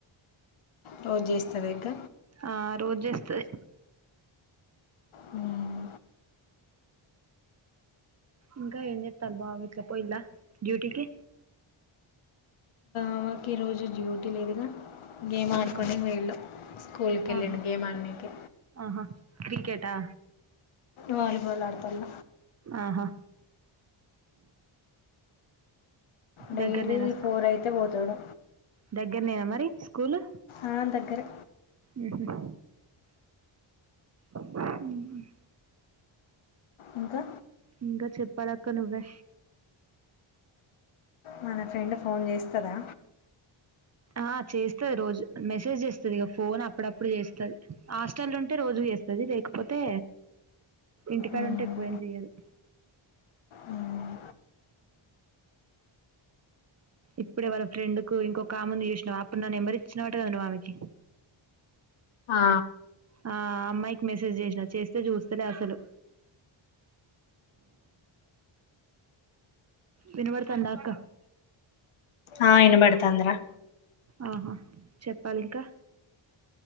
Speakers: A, on the left; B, on the right.
A: రోజు చేస్తదా ఇంక
B: ఆ రోజు చేస్తది
A: మ్మ్.
B: ఇంకా ఏమ్ జేతండ్లు బావ గిట్ల పోయిల్లా డ్యూటీకి,
A: బావ కి ఈ రోజు డ్యూటీ లేదుగా గేమ్ ఆడుకొనికి
B: ఆహా
A: వోయిళ్ళు స్కూల్కి వెళ్ళిండు
B: ఆహా
A: గేమ్ ఆడనికి
B: ఆహా క్రికెటా
A: వాలిబాల్ ఆడతల్ల
B: ఆహా
A: డైలీ
B: దగ్గరనేనా
A: ఫోర్ అయితే పోతాడు.
B: దగ్గరనేనా మరి స్కూల్
A: ఆ దగ్గరే
B: ఉమ్ హు ఉమ్
A: ఇంకా
B: ఇంకా చెప్పాలక్క నువ్వే
A: మన ఫ్రెండు ఫోన్ చేస్తదా
B: ఆ చేస్తది రోజు మెసేజ్ చేస్తది. ఇగ ఫోన్ అప్పుడప్పుడు చేస్తది హాస్టల్ ఉంటే రోజు చేస్తది లేకపోతే ఇంటికాడ
A: మ్మ్.
B: ఉంటే ఎక్కువేం చేయదు.
A: మ్మ్.
B: ఇప్పుడే వాళ్ళ ఫ్రెండ్ కు ఇంకొక ఆమె ఉంది చూసినావ, అప్పుడు నా నెంబర్ ఇచ్చినవాట కదా ఆమెకి
A: ఆ,
B: ఆ అమ్మాయికి మెసేజ్ చేసినా చేస్తే చూస్తలే అసలు. వినవడుతందా అక్క
A: హా వినబడుతంది రా
B: ఆహా చెప్పాలి ఇంకా